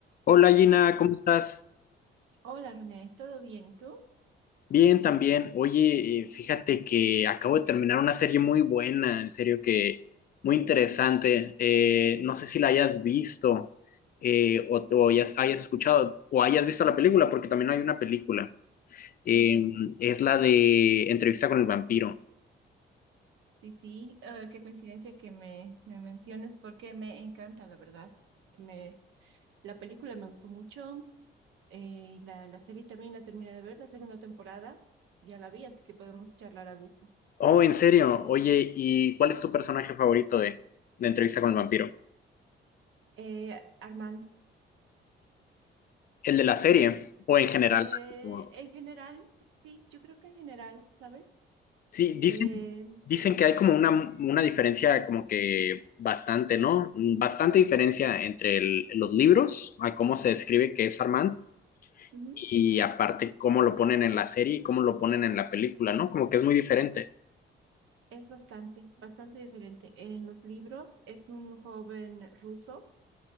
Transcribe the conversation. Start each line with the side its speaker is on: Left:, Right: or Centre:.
Left: Hola Gina, ¿cómo estás?
Right: Hola René, ¿todo bien? ¿Y tú?
Left: Bien, también. Oye, eh, fíjate que acabo de terminar una serie muy buena, en serio que muy interesante. Eh, no sé si la hayas visto eh, o, o hayas, hayas escuchado o hayas visto la película, porque también hay una película. Eh,
Right: Ajá.
Left: es la de Entrevista con el vampiro.
Right: Sí, sí, eh, qué coincidencia que me, me menciones porque me encanta, la verdad. Me, la película me gustó mucho, eh, la, la serie también la terminé de ver, la segunda temporada ya la vi, así que podemos charlar a gusto.
Left: Oh, en serio. Oye, ¿y cuál es tu personaje favorito de, de Entrevista con el vampiro?
Right: Eh, Armand,
Left: ¿El de la serie o en general?
Right: eh,
Left: Así como,
Right: en general, sí, yo creo que en general, ¿sabes?
Left: Sí, dicen,
Right: Eh,
Left: dicen que hay como una, una diferencia como que bastante, ¿no? Bastante diferencia entre el- los libros, a cómo se describe que es Armand,
Right: ujú,
Left: y aparte cómo lo ponen en la serie y cómo lo ponen en la película, ¿no? Como que es muy diferente.
Right: es bastante, bastante diferente. En los libros es un joven ruso